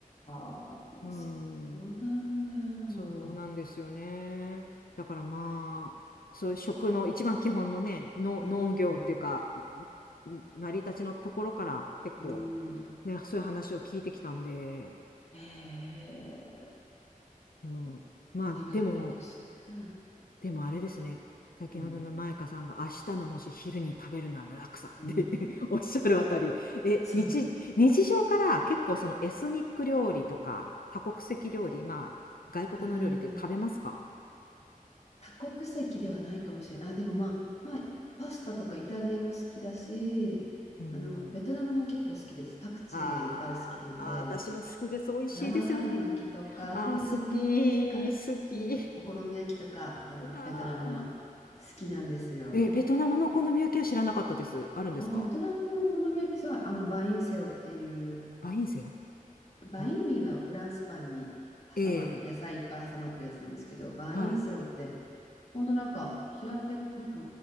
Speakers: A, on the left; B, on the left.
A: あ
B: うん。
A: あ、そうなんだ。
B: そうなんですよね。だからまあ、そういう食の一番基本のね、の農業っていうか、
A: うん、
B: 成り立ちのところから結構、
A: うん。
B: ね、そういう話を聞いてきたんで、
A: ええ
B: でも、まあ、
A: 違うんですね。
B: でも、でもあれですね。先ほどのマイカさんが明日のもし昼に食べるなら楽さんって
A: うん、うん。
B: <laughs> おっしゃるあたり、え、
A: そう。
B: 日、日常から結構そのエスニック料理とか多国籍料理、まあ外国の料理って食べますか
A: うん多国籍ではないかもしれない。あ、でもまあ、まあ、パスタとかイタリアも好きだし、
B: うん。
A: あの、ベトナムも結構好きです。パクチー大好きなんで、
B: あーあー、私も好きです。美味しいですよね。
A: 生春巻きとか、
B: あー、
A: そうですね。
B: 好き、
A: なんかね、
B: 好き。
A: お好み焼きとか、あの、
B: いや
A: ベトナムの好きなんですよ。
B: ーえ、ベトナムのお好み焼きは知らなかったです。あるんですか
A: あ、ベトナムのお好み焼きさ、あの、バインセオっていう、
B: バインセよ。
A: バインミーはフランスパンに挟ま、
B: あええ、
A: 野菜いっぱい挟まったやつなんですけど、バインセオって
B: は
A: ほんとなんか、平っぺなんか、